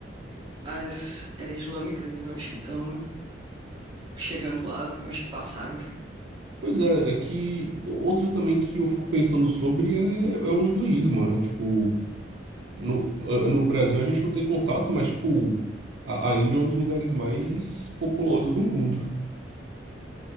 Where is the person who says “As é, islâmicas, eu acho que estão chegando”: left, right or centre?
Right